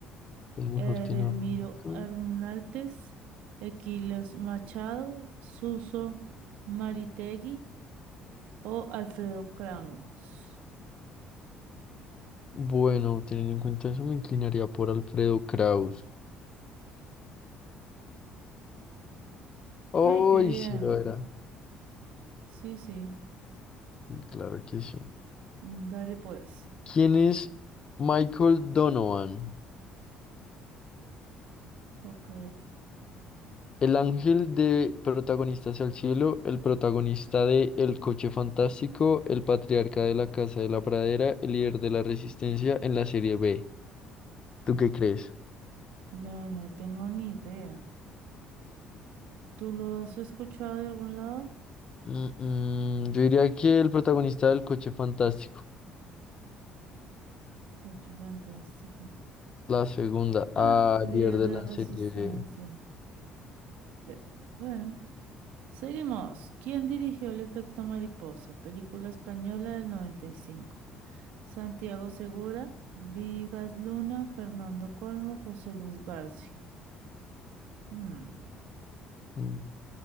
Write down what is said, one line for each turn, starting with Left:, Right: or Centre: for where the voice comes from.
Left: El mejor
Right: Edelmiro
Left: tenor. mexicano.
Right: Hernández, Equilios Machado, Suso Maritegui o Alfredo Kramox.
Left: Bueno, teniendo en cuenta eso, me inclinaría por Alfredo Kraus. ¡Ay,
Right: ¡Ey, qué bien!
Left: sí lo era!
Right: Sí, sí.
Left: Y claro que sí.
Right: Mm, Dale pues.
Left: ¿Quién es Michael Donovan?
Right: Ok.
Left: El ángel de Protagonistas al Cielo, el protagonista de El Coche Fantástico, el patriarca de la Casa de la Pradera, el líder de la Resistencia en la serie B. ¿Tú qué crees?
Right: No, no tengo ni idea. ¿Tú lo has escuchado de algún lado?
Left: Mm, mm, yo diría que el protagonista del Coche Fantástico.
Right: Coche fantástico.
Left: La segunda,
Right: <laughs>
Left: ah,
Right: ¡Ja! Líder
Left: líder de
Right: de
Left: la
Right: la resistencia.
Left: serie.
Right: Ve. Bueno, seguimos. ¿Quién dirigió El efecto mariposa? Película española del 95. Santiago Segura, Vigas Luna, Fernando Colmo, José Luis García. Hmm.
Left: mm,